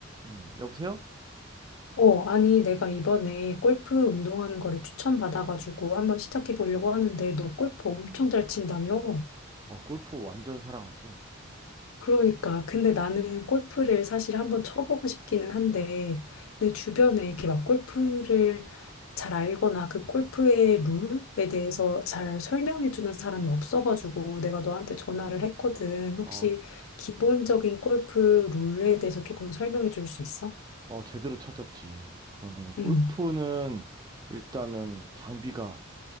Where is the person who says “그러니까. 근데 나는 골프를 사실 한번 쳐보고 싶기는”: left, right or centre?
Left